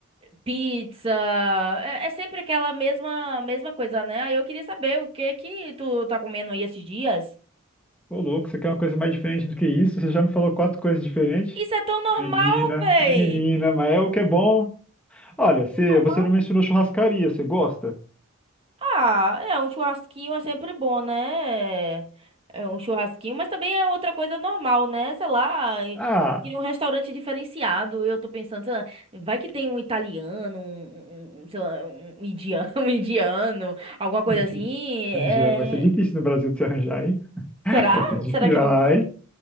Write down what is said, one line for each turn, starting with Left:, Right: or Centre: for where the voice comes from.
Right: pizza, é, é sempre aquela mesma, mesma coisa, né? Aí Eu queria saber o que que tu tá comendo aí esses dias.
Centre: Ô, louco, você quer uma coisa mais diferente do que isso? Você já me falou quatro coisas diferentes?
Right: Isso é tão normal,
Centre: Menina,
Right: véi.
Centre: menina, mas é o que é bom. Olha, você,
Right: Normal.
Centre: você não mencionou churrascaria, você gosta?
Right: Ah, é um churrasquinho é sempre bom, né? É um churrasquinho, mas também é outra coisa normal, né? Sei lá, eu
Centre: Ah,
Right: queria um restaurante diferenciado. Eu tô pensando, sei lá, vai que tem um italiano, um, um- um, sei lá, um indiano, <laughs> um indiano, alguma coisa
Centre: mentira.
Right: assim.
Centre: mendiano,
Right: é,
Centre: vai ser difícil no Brasil de se arranjar, hein?
Right: Será?
Centre: Vai ser difícil.
Right: Será que não?
Centre: Ai,